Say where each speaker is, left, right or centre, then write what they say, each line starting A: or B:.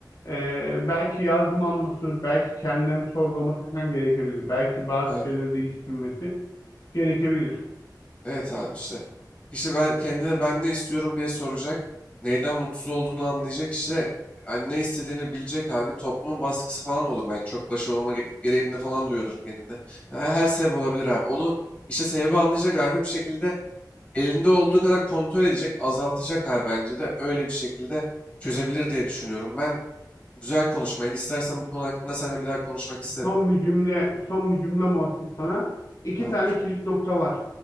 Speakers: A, on the left; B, on the left.
A: e, belki yardım alması, belki kendilerini sorgulaması falan gerekebilir. Belki bazı
B: Aynen.
A: şeyleri değiştirmesi gerekebilir.
B: Evet abi işte. Kişi ben kendine ben ne istiyorum diye soracak. Neyden mutsuz olduğunu anlayacak işte. Yani ne istediğini bilecek abi. Toplumun baskısı falan da olur belki. Çok başarılı olma ge- gereğinde falan duyuyordur kendinde. Ha, Her sebep olabilir abi. Onu işte sebebi anlayacak abi. Bir şekilde elinde olduğu kadar kontrol edecek. Azaltacak abi bence de. Öyle bir şekilde çözebilir diye düşünüyorum. Ben güzel konuşmaydı. İstersen bu konu hakkında seninle bir daha konuşmak isterim.
A: Son bir cümle, son bir cümlem olsun sana. İki
B: Tamamdır.
A: tane kilit nokta var.